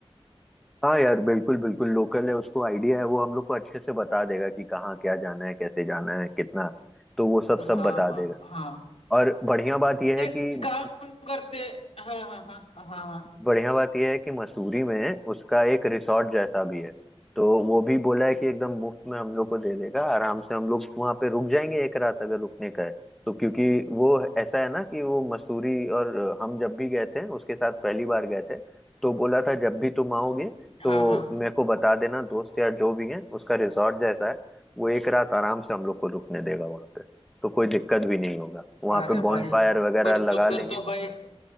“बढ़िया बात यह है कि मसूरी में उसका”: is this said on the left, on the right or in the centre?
Centre